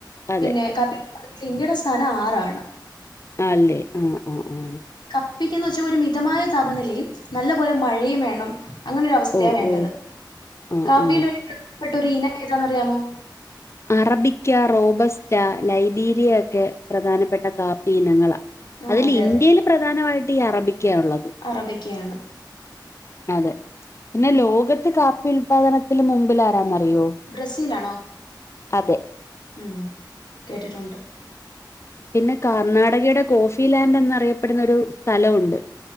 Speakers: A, on the left; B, on the left.
A: അതെ
B: പിന്നെ കാപ്പി ഇന്ത്യയുടെ സ്ഥാനം ആറാണ്
A: ആഹ് അല്ലേ ആഹ് ആഹ് ആഹ്
B: കാപ്പിക്കെന്ന് വെച്ചാ ഒരു മിതമായ താപനിലയും നല്ല പോലെ മഴയും വേണം അങ്ങനൊര അവസ്ഥയ
A: ഓ
B: വേണ്ടത്
A: ഓ ആഹ്
B: കാപ്പിൽ
A: ആഹ്
B: ഒരു പ്രധാനപ്പെട്ട ഒരു ഇനം ഏതാന്നറിയാമോ??
A: അറബിക്ക റോബസ്റ്റ ലൈബീരിയ ഒക്കെ പ്രധാനപ്പെട്ട കാപ്പി ഇനങ്ങളാ.
B: ആ
A: അതില്
B: അതെ
A: ഇന്ത്യയിൽ
B: അതെ
A: പ്രധാനമായിട്ട് ഈ അറബിക്ക ഉള്ളത്.
B: അറബിക്കയാണ്...
A: അതെ പിന്നെ
B: ഉം
A: ലോകത്ത് കാപ്പി ഉല്പാദനത്തിന് മുമ്പിൽ ആരാന്നറിയോ??
B: ബ്രസീൽആണോ?
A: അതെ...
B: ഉം കേട്ടിട്ടുണ്ട്..
A: പിന്നെ കർണാടകയുടെ കോഫി ലാൻഡ്ന്ന്റിയപ്പെടുന്ന ഒരു സ്ഥലമുണ്ട്